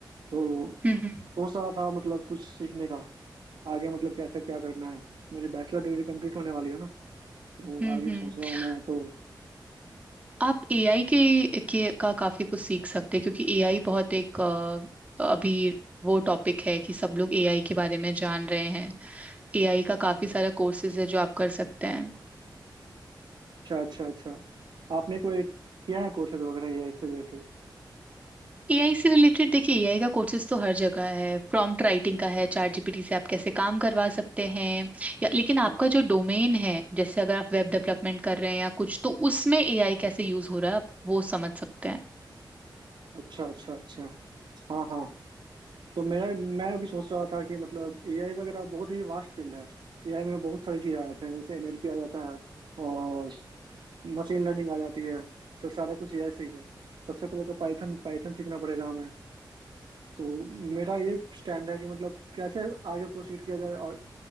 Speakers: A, on the right (about 70°); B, on the right (about 15°).
A: तो
B: हम्म हम्म
A: सोच रहा था मतलब कुछ सीखने का आगे मतलब कैसे क्या करना है मेरी बैचलर डिग्री कंप्लीट होने वाली है ना तो
B: हम्म
A: आगे
B: हम्म।
A: सोच रहा हूँ मैं तो
B: आप एआई के के का काफी कुछ सीख सकते हैं क्योंकि एआई बहुत एक आ, अभी वो टॉपिक है कि सब लोग एआई के बारे में जान रहे हैं एआई का काफी सारा कोर्सेज है जो आप कर सकते हैं
A: अच्छा अच्छा अच्छा आपने कोई किया है कोर्सेज वगैरह एआई से रिलेटेड
B: एआई से रिलेटेड देखिए एआई का कोर्सेज तो हर जगह है प्रॉम्प्ट राइटिंग का है चैट जीपीटी से आप कैसे काम करवा सकते हैं या लेकिन
A: हम्म,
B: आपका जो डोमेन है जैसे अगर आप
A: हम्म,
B: वेब डेवलपमेंट कर रहे हैं या कुछ तो उसमें एआई कैसे यूज हो रहा है आप वो समझ सकते हैं
A: अच्छा अच्छा अच्छा हाँ हाँ तो मेरा मैं अभी सोच रहा था कि मतलब एआई वगैरह बहुत ही वास्ट फील्ड है एआई में बहुत सारी चीज़ें आ जाती हैं जैसे एनएलपी आ जाता है और मशीन लर्निंग आ जाती है सब सारा कुछ एआई से ही है सबसे पहले तो पाइथन पाइथन सीखना पड़ेगा हमें तो मेरा ये स्टैंड है कि मतलब कैसे आगे प्रोसीड किया जाए और